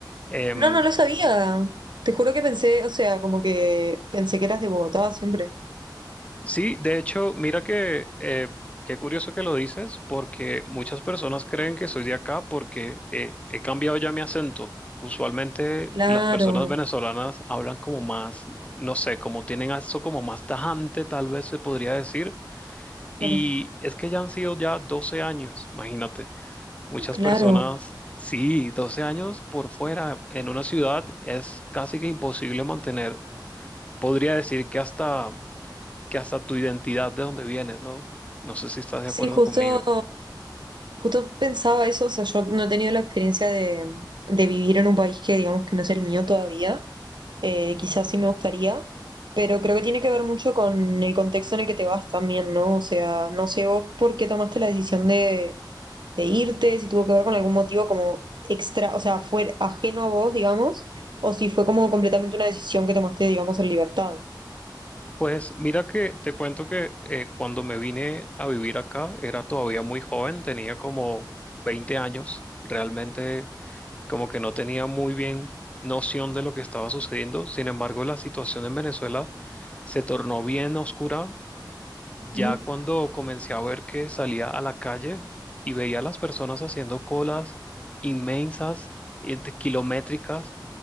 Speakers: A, on the left (about 15°); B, on the right (about 70°).
A: Em,
B: no, no lo sabía, te juro que pensé, o sea, como que pensé que eras de Bogotá siempre.
A: sí, de hecho, mira que eh, qué curioso que lo dices, porque muchas personas creen que soy de acá porque eh, he cambiado ya mi acento. Usualmente
B: Claro,
A: las personas venezolanas hablan como más, no sé, como tienen eso como más tajante, tal vez se podría decir.
B: claro,
A: Y es que ya han sido ya 12 años, imagínate. Muchas
B: claro,
A: personas, sí, 12 años por fuera en una ciudad es casi que imposible mantener podría decir que hasta, que hasta tu identidad de dónde vienes, ¿no? No sé si estás de
B: sí,
A: acuerdo
B: justo,
A: conmigo.
B: justo pensaba eso, o sea, yo no he tenido la experiencia de, de vivir en un país que digamos que no es el mío todavía. eh, quizás sí me gustaría, pero creo que tiene que ver mucho con el contexto en el que te vas también, ¿no? O sea, no sé vos por qué tomaste la decisión de, de irte, si tuvo que ver con algún motivo como extra, o sea, fue ajeno a vos, digamos, o si fue como completamente una decisión que tomaste, digamos, en libertad.
A: Pues mira que te cuento que eh, cuando me vine a vivir acá era todavía muy joven, tenía como 20 años, realmente como que no tenía muy bien noción de lo que estaba sucediendo. Sin embargo, la situación en Venezuela se tornó bien oscura Ya
B: Ujú,
A: cuando comencé a ver que salía a la calle y veía a las personas haciendo colas inmensas, eh, de kilométricas,